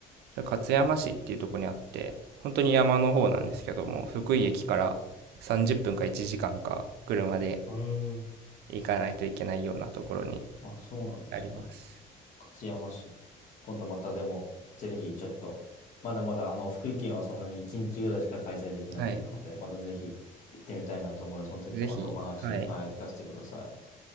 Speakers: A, on the right; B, on the left.
A: それ勝山市っていうところにあって、本当に山の方なんですけども、福井駅から30分か1時間かんか車で
B: へえー。
A: 行かないといけないようなところに
B: あ、そうなんですね。
A: あります。
B: 勝山市。今度またでも、ぜひちょっと、まだまだあの、福井県はそんなに1日ぐらいしか滞在できなかったので、
A: はい。
B: またぜひ行ってみたいなと思うので、その時はまたお話、
A: ぜひ、はい。
B: はい、聞かせてください。